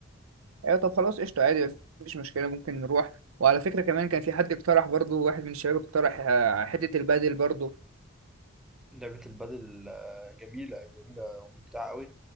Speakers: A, on the right; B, in the centre.
A: ايوه طب خلاص قشطه عادي مفيش مشكله ممكن نروح وعلى فكره كمان كان في حد اقترح برضو واحد من الشباب اقترح آه، حته البادل برضو
B: لعبة البادل آه، جميلة جميلة وممتعة أوي